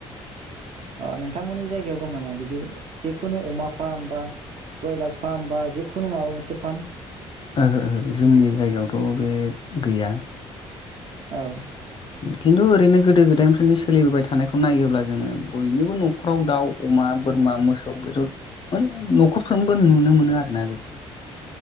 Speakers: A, on the right; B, on the left.
A: अ नोंथांमोननि जायगायाव दं नामा बिदि जिखुनु अमा फार्म बा ब्रयलार फार्म बा जिखुनु माबा मोनसे फार्म
B: ओहो ओहो जोंनि जायगायावथ' बे गैया
A: औ
B: खिन्थु ओरैनो गोदो-गोदायनिफ्रायनो सोलिबोबाय थानायखौ नायोब्ला जोङो बयनिबो न'खराव दाउ, अमा, बोरमा, मोसौ, बेफोर मोन न'खरफ्रोमबो नुनो मोनो आरोना बेखौ